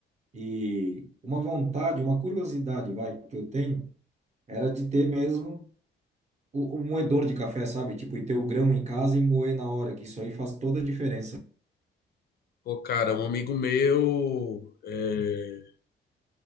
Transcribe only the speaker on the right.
E uma vontade, uma curiosidade, vai, que eu tenho, era de ter mesmo o, o moedor de café, sabe? Tipo, e ter o grão em casa e moer na hora, que isso aí faz toda a diferença.